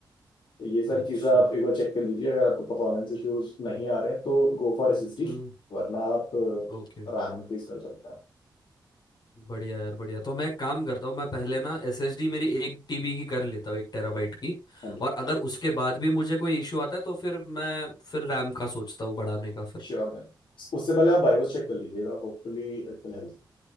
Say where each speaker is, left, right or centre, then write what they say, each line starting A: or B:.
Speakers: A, on the left; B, on the left.
A: तो ये सारी
B: अच्छा
A: चीज़ें आप एक बार चेक कर लीजिए अगर आपको परफॉर्मेंस इश्यूज नहीं आ रहे हैं तो go for S S D,
B: हम्म
A: वरना आप
B: ओके
A: रैम इंक्रीज कर सकते हैं
B: बढ़िया यार बढ़िया तो मैं एक काम करता हूँ मैं पहले ना एसएसडी मेरी एक टीबी की कर लेता हूँ एक टेराबाइट की
A: हाँ जी
B: और अगर उसके बाद भी मुझे कोई इश्यू आता है तो फिर मैं फिर रैम का सोचता हूँ बढ़ाने का फिर
A: श्योर मैम उससे पहले आप बायोस चेक कर लीजिएगा होपफुली इट विल हेल्प